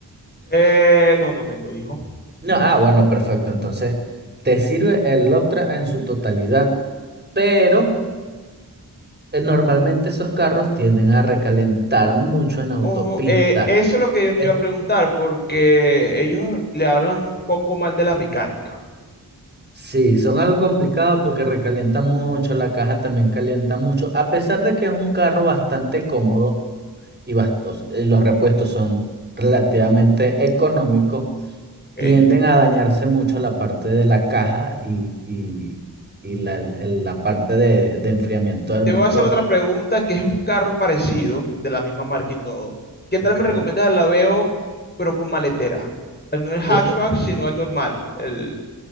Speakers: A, on the left; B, on the right.
A: Eh, no, no tengo hijo.
B: No, ah, bueno, perfecto. Entonces, te sirve el Optra en su totalidad, pero... eh, Normalmente esos carros tienden a recalentar mucho en autopista.
A: O, eh, eso es lo que yo te
B: Es-
A: iba a preguntar, porque ellos le hablan un poco mal de la mecánica,
B: sí, son algo complicado porque recalientan mucho, la caja también calienta mucho, a pesar de que es un carro bastante cómodo y bastos- eh, los repuestos son relativamente económicos,
A: ¿ok?
B: tienden a dañarse mucho la parte de la caja y, y- y la, el- la parte de, de enfriamiento del
A: Te
B: motor.
A: voy a hacer otra pregunta, que es un carro parecido, de la misma marca y todo. ¿Qué tal
B: Ok.
A: me recomiendas el Laveo, pero con maletera? El, no el hatchback,
B: La-
A: sino el normal, el,